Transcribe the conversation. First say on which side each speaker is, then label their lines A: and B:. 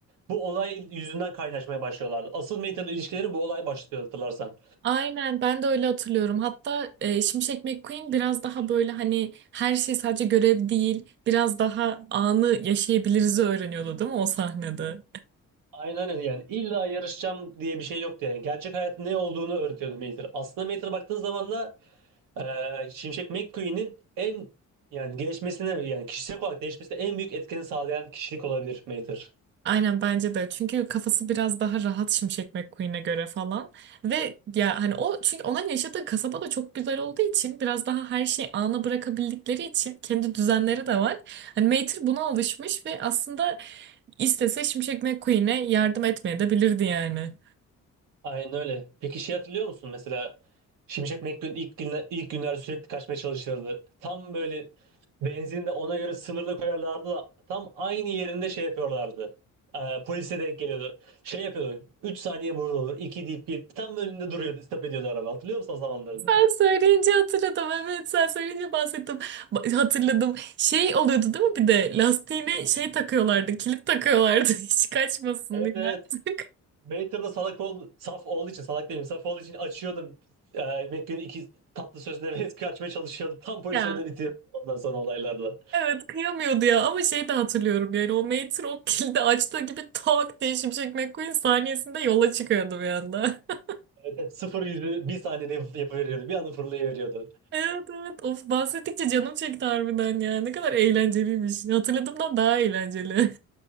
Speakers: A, on the right; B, on the right.
A: bu olay yüzünden kaynaşmaya başlıyorlardı. Asıl Mayther'la ilişkileri bu olay başlıyor hatırlarsan.
B: Aynen, ben de öyle hatırlıyorum. Hatta e, Şimşek McQueen biraz daha böyle hani her şey sadece görev değil, biraz daha anı yaşayabiliriz öğreniyordu, değil mi o sahnede?
A: Aynen öyle yani illa yarışacağım diye bir şey yoktu yani. Gerçek hayatın ne olduğunu öğretiyordu Mater. Aslında Mater'a baktığın zaman da Ee, Şimşek McQueen'in en yani gelişmesine yani kişisel olarak değişmesine en büyük etkeni sağlayan kişilik olabilir Mater.
B: Aynen bence de. Çünkü kafası biraz daha rahat Şimşek McQueen'e göre falan. Ve ya hani o çünkü onun yaşadığı kasaba da çok güzel olduğu için biraz daha her şeyi ana bırakabildikleri için kendi düzenleri de var. Hani Mater buna alışmış ve aslında istese Şimşek McQueen'e yardım etmeye de bilirdi yani.
A: Aynen öyle. Peki şey hatırlıyor musun mesela Şimşek McQueen ilk günler, ilk günler sürekli kaçmaya çalışırdı. Tam böyle benzin de ona göre sınırlı koyarlardı da tam aynı yerinde şey yapıyorlardı. Ee, polise denk geliyordu. Şey yapıyordu. 3 saniye burada olur. 2 deyip bir tam önünde duruyordu. Stop ediyordu araba. Hatırlıyor musun o zamanlarını?
B: Sen söyleyince hatırladım. Evet sen söyleyince bahsettim. Ba- Hatırladım. Şey oluyordu değil mi bir de lastiğine şey takıyorlardı. Kilit takıyorlardı. <laughs> Hiç kaçmasın
A: Evet
B: diye
A: evet.
B: artık. <laughs>
A: Waiter'da salak ol, saf olduğu için salak değilim saf olduğu için açıyordum. E, Mac'in iki tatlı sözüne ve kaçmaya <laughs> çalışıyordum. Tam polisin
B: Ya.
A: önüne bitiyordum ondan sonra olaylarla.
B: Evet kıyamıyordu ya ama şey de hatırlıyorum yani o Mater o kilidi açtığı gibi tak diye Şimşek McQueen saniyesinde yola çıkıyordu bir anda. <laughs>
A: Evet, evet, sıfır yüzü bir saniyede yap- yapıveriyordu. Bir anda fırlayıveriyordu.
B: Evet evet of bahsettikçe canım çekti harbiden ya ne kadar eğlenceliymiş hatırladığımdan daha eğlenceli.